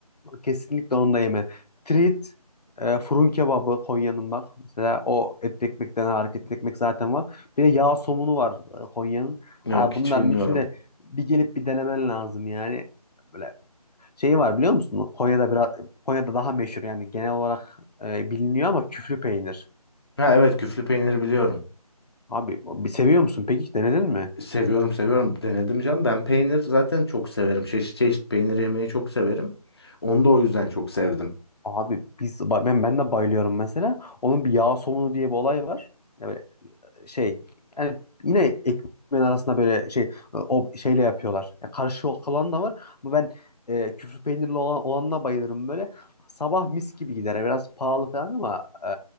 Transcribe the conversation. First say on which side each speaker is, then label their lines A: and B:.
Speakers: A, on the left; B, on the left.
A: kesinlikle onu da yeme. Trit e, fırın kebabı Konya'nın bak. Mesela o etli ekmekten hareketli ekmek zaten var. Bir de yağ somunu var e, Konya'nın.
B: Yok
A: Ha,
B: hiç
A: bunların
B: bilmiyorum.
A: içinde bir gelip bir denemen lazım yani. Böyle Şeyi var biliyor musun? Konya'da biraz Konya'da daha meşhur yani genel olarak e, biliniyor ama küflü peynir.
B: Ha evet küflü peynir biliyorum.
A: Abi bir seviyor musun? Peki denedin mi?
B: Seviyorum seviyorum. Denedim canım. Ben peynir zaten çok severim. Çeşit çeşit peynir yemeyi çok severim. Onu da o yüzden çok sevdim.
A: Abi biz ben ben de bayılıyorum mesela. Onun bir yağ somunu diye bir olay var. Evet, şey yani yine ekmeğin arasında böyle şey e, o şeyle yapıyorlar. Yani karışık olan da var ama ben e, küflü peynirli olan, olanına bayılırım böyle. Sabah mis gibi gider. Yani Biraz pahalı falan ama e,